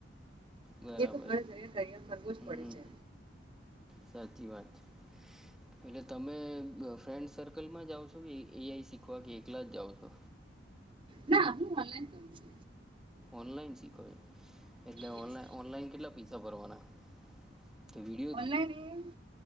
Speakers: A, in the centre; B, on the right (about 25°).
A: બરાબર
B: એ તો હર જગ તય કરવો સરખું
A: હમ
B: પડે છે
A: સાચી વાત છે પેલે તમે ફ્રેન્ડ સર્કલમાં જાઓ છો કે એઆઈ શીખવા કે એકલા જ જાઓ છો
B: ના હું ઓનલાઈન કરું છુ
A: ઓનલાઈન શીખો એટલે
B: યસ
A: ઓન ઓનલાઈન કેટલા પૈસા ભરવાના તે વીડિયોથી
B: ઓનલાઈન એ